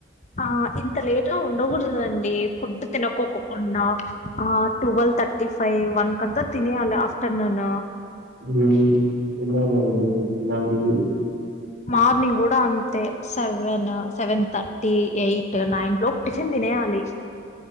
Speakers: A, on the left; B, on the right.
A: ఆ ఇంత లేట్ గా ఉండకూడదండి ఫుడ్ తినకోకుండా ఆ ట్వెల్వ్ థర్టీ ఫైవ్ వన్ క అంతా తినయాలి ఆఫ్టేర్నూన్
B: హ్మ్ తినాలండి తినాలి
A: మార్నింగ్ కూడా అంతే seven seven thirty eight nine లోపు టిఫిన్ తినేయాలి